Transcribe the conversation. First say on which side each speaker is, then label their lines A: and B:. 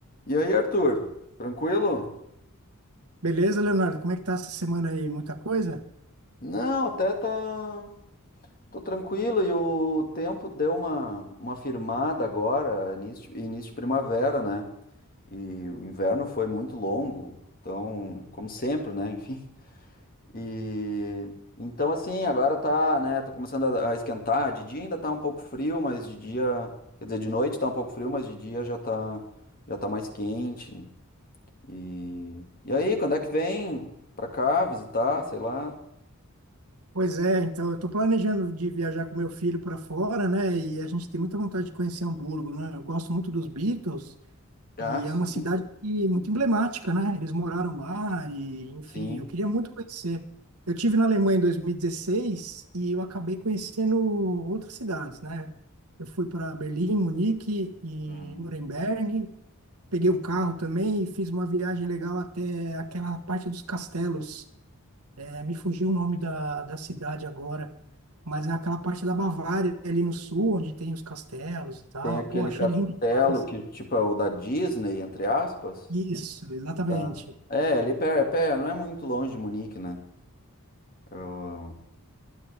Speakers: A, on the left (about 40°); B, on the right (about 80°).
A: E aí, Arthur, tranquilo?
B: Beleza, Leonardo? Como é que tá essa semana aí? Muita coisa?
A: Não, até tá. Tô tranquilo e o tempo deu uma, uma firmada agora, início, de- início de primavera, né? E o inverno foi muito longo, então, como sempre, né? <laughs> Enfim. E então, assim, agora tá, né? Tá começando a, a esquentar. De dia ainda tá um pouco frio, mas de dia. Quer dizer, de noite tá um pouco frio, mas de dia já tá, já tá mais quente. E, e aí, quando é que vem pra cá visitar? Sei lá.
B: Pois é, então eu tô planejando de viajar com meu filho para fora, né? E a gente tem muita vontade de conhecer Hamburgo, né? Eu gosto muito dos Beatles
A: Ah,
B: e
A: sim,
B: é uma cidade que- muito emblemática, né? Eles moraram lá e, enfim,
A: sim.
B: eu queria muito conhecer. Eu tive na Alemanha em 2016 e dezesseis e eu acabei conhecendo outras cidades, né? Eu fui para Berlim, Munique e
A: Hum.
B: Nuremberg. Peguei um carro também e fiz uma viagem legal até aquela parte dos castelos É, me fugiu o nome da, da cidade agora, mas é aquela parte da Bavária ali no sul, onde tem os castelos e tal.
A: Tem aquele
B: Pô, achei
A: castelo
B: lindo demais.
A: que, tipo, é o da Disney, entre aspas.
B: Isso, exatamente.
A: Tá. É, ali pé, pé, não é muito longe de Munique, né? Eu,